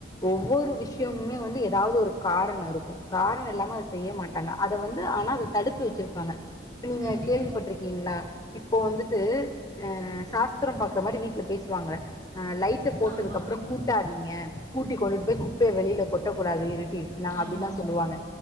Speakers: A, on the left (about 20°); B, on the right (about 55°).
A: ஒவ்வொரு விஷயமுமே வந்து ஏதாவது ஒரு காரண இருக்கு காரண இல்லாம அத செய்ய மாட் டாங்க அத வந்து ஆனா அத தடுத்து வச்சிருப்பாங்க நீங்க
B: கண்டிப்பா
A: கேள்விப்பட்டிருக்கீங்களா இப்போ வந்துட்டு அ சாஸ்திரம் பாக்குற மாரி வீட்ல பேசுவாங்க அ லைட்ட போட்டதுக்கு
B: ஆமா
A: அப்புற கூட்டாதீங்க கூட்டி கொண்டுட்டு போய் குப்பைய வெளில கொட்டக் கூடாது இருட்டிருச் லாங்க
B: ஆமா
A: அப்டின்ல்லா சொல்லுவாங்க